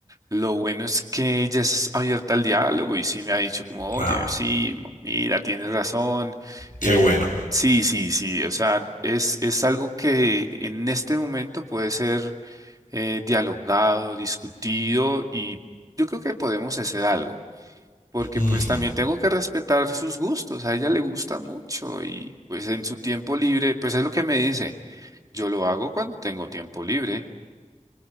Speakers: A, on the right; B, on the left.
A: Lo bueno es que ella es abierta al diálogo y sí me ha dicho como, oye,
B: Ah,
A: sí, mo- mira, tienes razón.
B: qué
A: Eh,
B: bueno.
A: sí, sí, sí. O sea, es, es algo que en este momento puede ser eh, dialogado, discutido y yo creo que podemos hacer algo. Porque
B: Mm.
A: pues también tengo que respetar sus gustos. A ella le gusta mucho y pues en su tiempo libre, pues es lo que me dice. Yo lo hago cuando tengo tiempo libre.